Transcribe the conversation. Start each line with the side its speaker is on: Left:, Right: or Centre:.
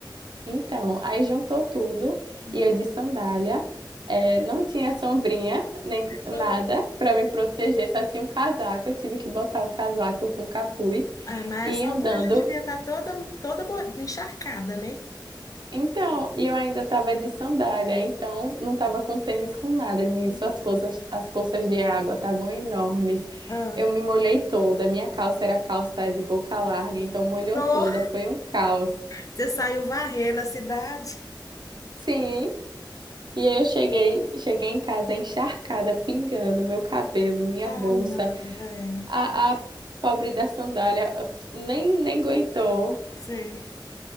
Right: Então, aí juntou tudo
Left: Não.
Right: e eu de sandália, eh, não tinha sombrinha nem nada
Left: Ah,
Right: para me proteger, só tinha um casaco. Eu tive que botar o casaco com capuz
Left: Ah, mas
Right: e
Left: essa
Right: ir andando
Left: altura já devia estar toda, toda mo- encharcada, né?
Right: Então, e eu ainda estava de sandália, então não estava com tênis com nada. Nisso,
Left: Meu
Right: as
Left: Deus.
Right: poças, as poças de água estavam enormes.
Left: Ah,
Right: Eu me molhei toda, minha calça era calça de boca larga, então molhou
Left: não,
Right: toda, foi um caos.
Left: <laughs> você saiu varrendo a cidade?
Right: Sim, e aí eu cheguei, cheguei em casa encharcada, pingando meu cabelo, minha
Left: Ah,
Right: bolsa,
Left: não, velho.
Right: a, a pobre da sandália eh, f- nem, nem aguentou.
Left: Sei.